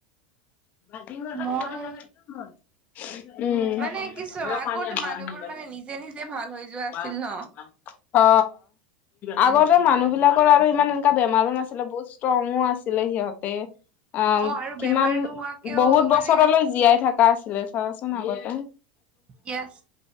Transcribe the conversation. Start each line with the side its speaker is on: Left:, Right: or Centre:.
Left: <inaudible>
Right: মই
Left: উম,
Right: মানে কিছু
Left: ৰ'
Right: আগতে
Left: পানী আনিব <unintelligible>
Right: মানুহবোৰ মানে নিজে নিজে ভাল হৈ যোৱা আছিল
Left: অ',
Right: ন
Left: আগতে মানুহ বিলাকৰ আৰু ইমান এনেকা বেমাৰো নাছিলে বুত। ষ্ট্ৰংঙো আছিলে সিহঁতে আ'
Right: অ আৰু
Left: কিমান
Right: বেমাৰ নোহোৱাকেও
Left: বহুত
Right: মানে
Left: বছৰলৈ। জীয়াই থাকা আছিলে চাবাচোন আগতে।
Right: য়েছ